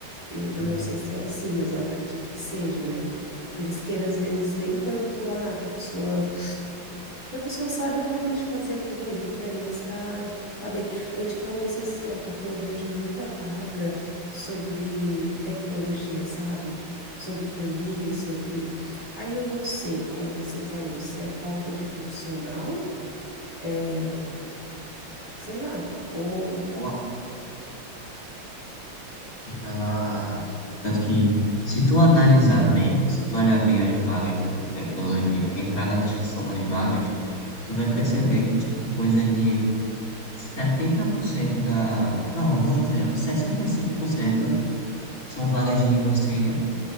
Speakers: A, on the right; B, on the left.
A: Eu não
B: Exato.
A: sei se é assim, mas eu acredito que seja, né? Que eles queiram, às vezes, nem tanto, ah, que a pessoa, que a pessoa saiba realmente fazer aquilo ali para eles tá, tá bem. Eu te falo isso assim, ó, porque eu vejo muita vaga sobre tecnologia, sabe? Sobre TI, sobre. Aí eu não sei, como você falou, se é falta de profissional, é, sei lá, ou.
B: Ó, Você tava... Tanto que, se tu analisar bem, se tu olhar bem as vagas da área de tecnologia, entrar na descrição das vagas, tu vai perceber
A: Aham.
B: que, tipo, coisa de 70% da. Não, eu vou dizer, uns 65% são vagas
A: Aham.
B: de nível sênior,